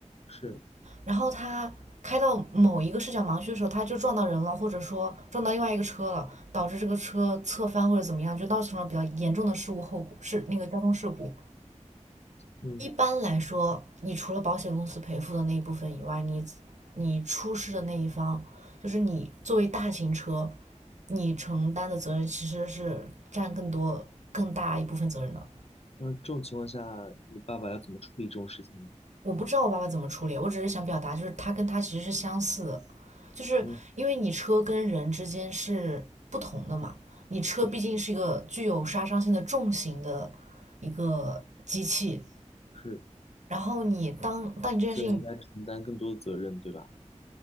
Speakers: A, on the left (about 55°); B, on the right (about 70°).
A: 是，
B: 然后他开到某一个视角盲区的时候，他就撞到人了，或者说撞到另外一个车了，导致这个车侧翻或者怎么样，就造成了比较严重的事故后果，是那个交通事故。
A: 嗯，
B: 一般来说，你除了保险公司赔付的那一部分以外，你你出事的那一方，就是你作为大型车，你承担的责任其实是占更多、更大一部分责任的。
A: 那这种情况下，你爸爸要怎么处理这种事情呢？
B: 我不知道我爸爸怎么处理，我只是想表达，就是他跟他其实是相似的，就是因为你车跟人之间是不同的嘛，
A: 嗯，
B: 你车毕竟是一个具有杀伤性的重型的一个机器，
A: 是的，是，
B: 然后你当当你这件事情
A: 自然应该承担更多的责任，对吧？